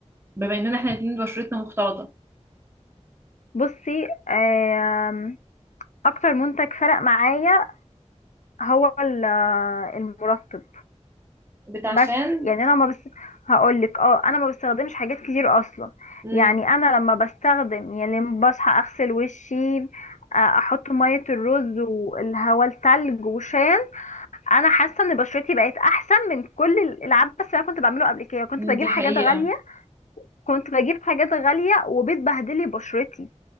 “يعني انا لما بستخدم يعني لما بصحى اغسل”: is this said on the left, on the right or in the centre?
Left